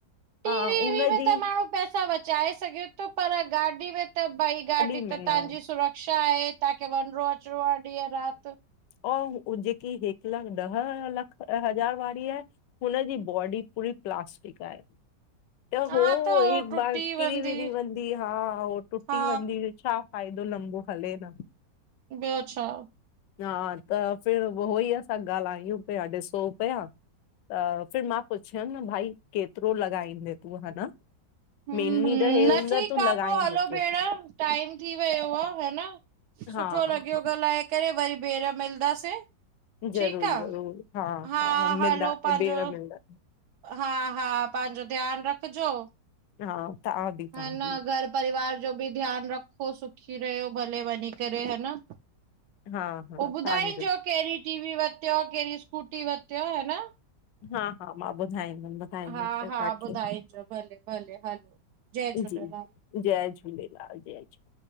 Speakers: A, on the right (about 70°); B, on the left (about 80°).
A: टीवी
B: हा हुनजी
A: वीवी त माण्हू पैसा बचाए सघे तो, पर गाॾी में त भई गाॾी
B: में
A: त तव्हांजी
B: न
A: सुरक्षा आहे। तहांखे वंञिंणो अचिणो आ ॾींहं राति
B: अंऊं जेकी हिकु लख ॾह लख हज़ार वारी आहे हुन जी बॉडी पूरी प्लास्टिक आहे! त
A: हा
B: हो
A: त हो
B: हिकु
A: टुटी
B: बार किरी-
A: वेंदी
B: विरी वंदी हा, हो टुटी
A: हा
B: वंदी छा फ़ायदो लंबो हले न
A: ॿियो छा।
B: हा त फिर उहो ई असां ॻाल्हायूं पिया ॾिसो पिया त फिर मां पुछियमि न भाई केतिरो लॻाईंदे तूं हा न
A: ह हूं,
B: मेनली त हे हूंदो
A: न ठीकु
B: तूं
A: आ
B: लॻाईंदे
A: पो हलो
B: केतिरो
A: भेण टाइम थी वियो आ, ह न सुठो
B: हा हा
A: लॻियो
B: हा
A: ॻाल्हाए करे, वरी ॿीए हरि मिलंदासीं।
B: ज़रूर
A: ठीकु आ,
B: ज़रूर
A: हा
B: मिलंदा
A: हलो पांजो
B: ॿेर मिलंदा
A: हा-हा, पांजो ध्यानु रखजो।
B: हा। तां बि।
A: हा,
B: तव्हां
A: न
B: बि
A: घर परिवार जो बि ध्यानु रखो, सुखी रहियो, भले वंञी करे, ह न।
B: हा हा
A: उ
B: तव्हांजो
A: ॿुधाइंजो केड़ी टी वी वरतो, केड़ी स्कूटी वरतो ह न!
B: हा- हा, मां ॿुधाईंदमि। ॿुधाईंदमि
A: हा-हा,
B: तव्हांखे
A: ॿुधाइजो भले- भले, हलो जय झूलेलाल।
B: जी जय झूलेलाल, जय झूलेलाल।